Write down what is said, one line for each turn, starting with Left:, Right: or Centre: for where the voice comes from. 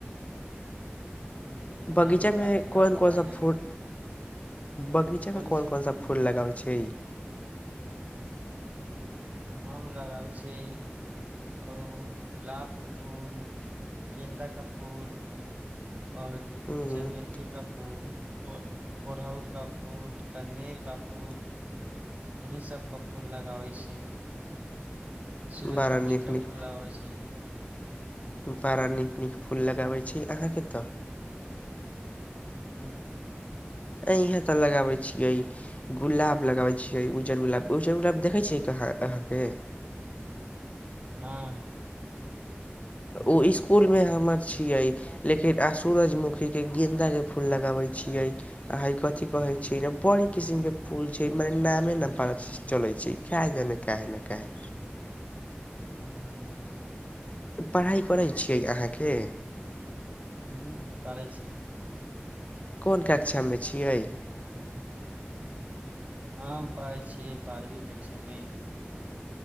Right: ह
Left: बगीचा
Right: जरूर
Left: में
Right: आबै छै
Left: कोन
Right: आओर बताइ
Left: कोन सा
Right: ने
Left: फूल बगीचामे
Right: बोलै
Left: कोन
Right: छी
Left: कोन सब फूल लगाबै छियै
Right: हम लगाबै छीयै अरहुल गुलाब के फूल गेन्दा का फूल आओर
Left: हूँ
Right: चमेली का फूल ओर ओड़हुल का फूल कनेर का फूल यहीं सबके फूल लगाबै छी सूरजमुखी
Left: बड़ा नीक
Right: का फूल
Left: नीक
Right: लगावय छी
Left: बड़ा नीक नीक फूल लगाबैत छी अहाँके तऽ
Right: हूं हूं
Left: अइहें तऽ लगाबै छियै गुलाब लगाबै छियै उज्जर गुलाब उज्जर गुलाब देखै छियै कहाँ अहाँके
Right: हँ
Left: ओ स्कूल मे हमर छियै लेकिन आ सूरजमुखीके गेन्दाके फूल लगाबैत छियै आइ कथि कहै छै रे बड़ किसिम के फूल छै मने नामे नै पत्ता छै चलै छी खै गेलै काहे ने काहे
Right: हूं
Left: पढ़ाइ करैत छियै अहाँके
Right: हूं करै छी
Left: कोन
Right: <unintelligible>
Left: कक्षामे छियै
Right: हम पढ़य छियै बारहवीं कक्षा में